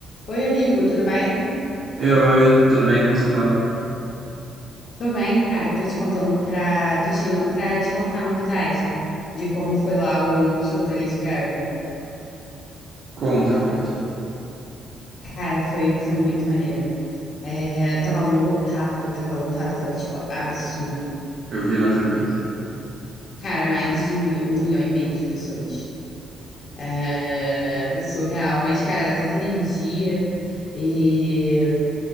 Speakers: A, on the left; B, on the right.
A: Oi, amigo, tudo bem?
B: Ei, oi, tudo bem? Como você tá?
A: Tô bem, cara. Tô te contando pra. Tô te ligando pra te contar a novidade de como foi lá o show da Lady Gaga.
B: Conta, conta.
A: Cara, foi, foi muito maneiro. É, tava lotado, tava lotado, tava tipo absurdo.
B: Eu vi na TV.
A: Cara, mais de um milhão e meio de pessoas. É, surreal. Mas, cara, era tanta energia. E,